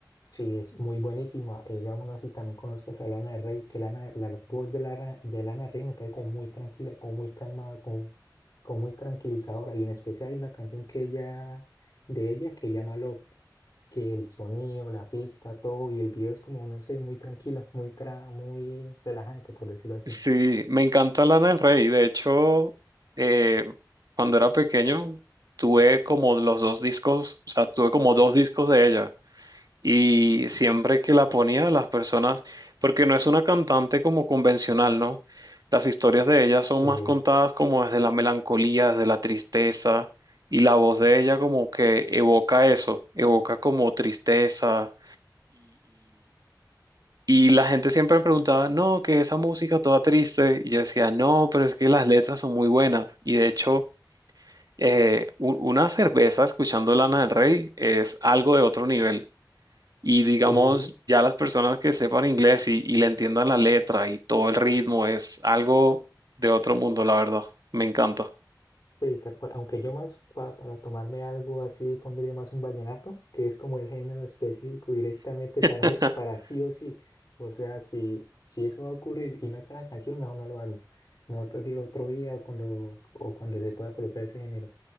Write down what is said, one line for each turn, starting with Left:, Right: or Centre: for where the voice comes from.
Left: sí, es muy buenísima. Y digámoslo así, también conozco a Lana del Rey, que Lana, la voz de Lana, de Lana del Rey me parece como muy tranquila, como muy calmada, como, como muy tranquilizadora. Y en especial hay una canción que ella, de ella que llama Love. que el sonido, la pista, todo, y el video es como, no sé, muy tranquilo, muy, tra muy relajante, por decirlo así.
Right: Sí, me encanta Lana del Rey. De hecho, eh, cuando era pequeño, tuve como los dos discos, o sea, tuve como dos discos de ella. Y siempre que la ponía, las personas, porque no es una cantante como convencional, ¿no? Las historias de ella son
Left: Sí,
Right: más contadas como desde la melancolía, desde la tristeza, y la voz de ella como que evoca eso, evoca como tristeza y la gente siempre me preguntaba, no, que esa música toda triste. Y yo decía, no, pero es que las letras son muy buenas. Y de hecho, eh, u- una cerveza escuchando Lana del Rey es algo de otro nivel. Y digamos,
Left: sí,
Right: ya las personas que sepan inglés y, y le entiendan la letra y todo el ritmo es algo de otro mundo, la verdad. Me encanta.
Left: sí, tal cual. Aunque yo más pa- para tomarme algo así pondría más un vallenato, que es como el género específico directamente para,
Right: <laughs>
Left: <laughs> para sí o sí. O sea, si, si eso va a ocurrir y no está la canción, mejor no lo hago. Mejor prefiero otro día o cuando, o cuando se pueda colocar ese género.